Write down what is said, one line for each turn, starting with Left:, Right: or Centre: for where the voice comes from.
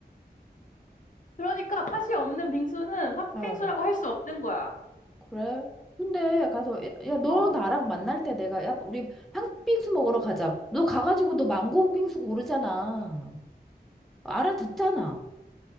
Left: 그러니까 팥이 없는 빙수는 팥빙수라고
Centre: <laughs>
Left: 할 수 없는 거야.
Centre: 그래? 근데 가서 야, 야, 너
Left: 어.
Centre: 나랑 만날 때 내가 야 우리 팥빙수 먹으러 가자. 너 가가지고 너 망고
Left: 응.
Centre: 빙수 고르잖아. 알아듣잖아.